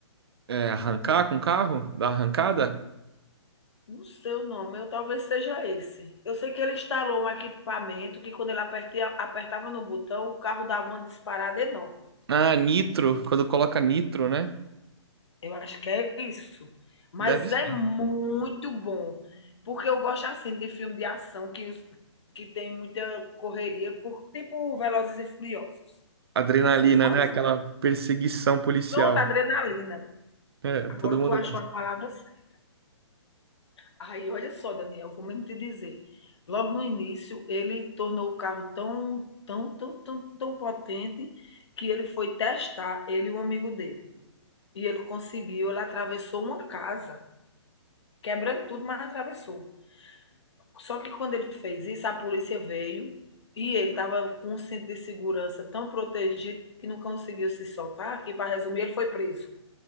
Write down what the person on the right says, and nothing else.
É, arrancar com o carro? Dar arrancada?
Ah, nitro, quando coloca nitro, né?
Deve ser.
Adrenalina,
né? Aquela perseguição policial.
É, todo
mundo